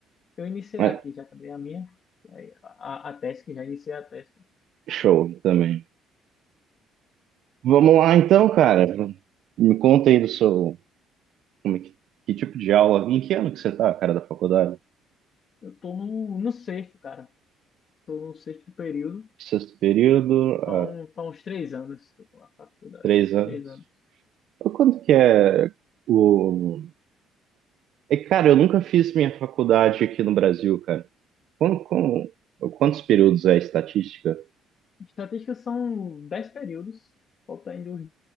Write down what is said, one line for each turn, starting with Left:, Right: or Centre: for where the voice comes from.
Left: Eu iniciei
Right: Mas,
Left: aqui, já acabei a minha. aí, A, a tese, que já iniciei a tese.
Right: Show também. Vamos lá então, cara. Me conta aí do seu. Como é que, que tipo de aula? Em que ano que você tá, cara, da faculdade?
Left: Eu tô no, no sexto, cara. Tô no sexto período.
Right: Sexto período, há
Left: Faz um- faz uns três anos que eu tô na faculdade.
Right: três
Left: Faz uns
Right: anos.
Left: três anos.
Right: Quanto que é o. É, cara, eu nunca fiz minha faculdade aqui no Brasil, cara. Quando, como- quantos períodos é a estatística?
Left: Estatísticas são dez períodos. Falta ainda uns